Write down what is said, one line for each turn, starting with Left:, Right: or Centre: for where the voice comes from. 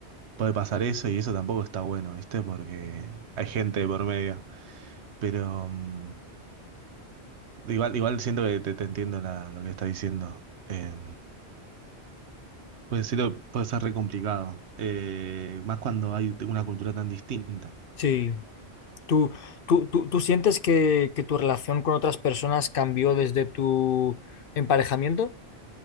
Right: puede pasar eso y eso tampoco está bueno, ¿viste? Porque hay gente de por medio. Pero... mm, Igual, igual siento que te, te entiendo la- lo que estás diciendo. Eh, puede ser, puede ser re complicado. Eh, más cuando hay una cultura tan distinta.
Left: Sí. ¿Tú, tú, tú, tú sientes que, que tu relación con otras personas cambió desde tu emparejamiento?